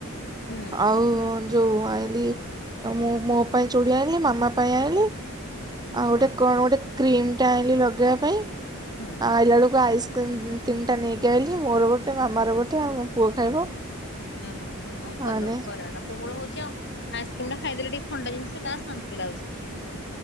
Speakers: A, on the left (about 50°); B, on the right (about 20°).
A: ହୁଁ
B: ଆଉ ଯୋଉଁ ଆଣିଲି ମୁଁ ମୋ ପାଇଁ ଚୁଡ଼ି ଆଣିଲି ମାମା ପାଇଁ ଆଣିଲି। ଆଉ ଗୋଟେ
A: ଓହୋ
B: କଣ ଗୋଟେ କ୍ରିମ୍ଟା ଆଣିଲି ଲଗେଇବ ପାଈଁ
A: ହୁଁ।
B: ଆଇଲା ବେଳକୁ ଆଇସ୍କ୍ରିମ୍। ତିନିଟା ନେଇକି ଆଇିଛି ମୋର ଗୋଟେ ମାମାର ଗୋଟେ ଆଉୋ ପୁଅ ଖାଇବ।
A: ଓହୋ ହଁ ଭଲ
B: ମାନେ
A: ଖରା ଟା ପ୍ରବଳ ଖରା ହଉଛି ଆଉ ଆଇସ୍କ୍ରିମ ଟା ଖାଇଦେଲେ ଟିକେ ଥଣ୍ଡା ଜିନିଷ ଟା ଶାନ୍ତି ଲାଗୁଛି।